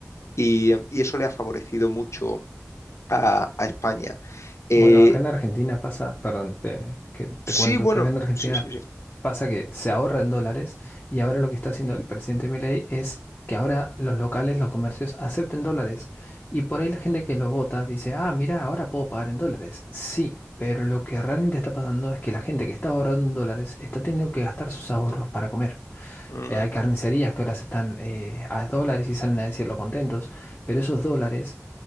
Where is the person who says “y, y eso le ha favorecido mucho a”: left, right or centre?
Left